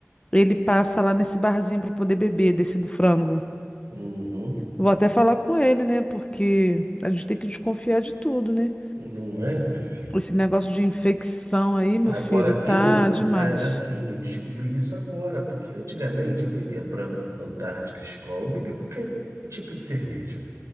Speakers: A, on the left; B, on the right.
A: ele passa lá nesse barzinho para poder beber desse do frango.
B: Uhum.
A: Vou até falar com ele, né? Porque a gente tem que desconfiar de tudo, né?
B: Não é, minha filha?
A: Esse negócio de infecção aí, meu
B: Agora,
A: filho, tá
B: eu, an-
A: demais.
B: a- assim, eu descobri isso agora, porque antigamente eu bebia Brahma, Antártica, Skol, eu bebia qualquer tipo de cerveja.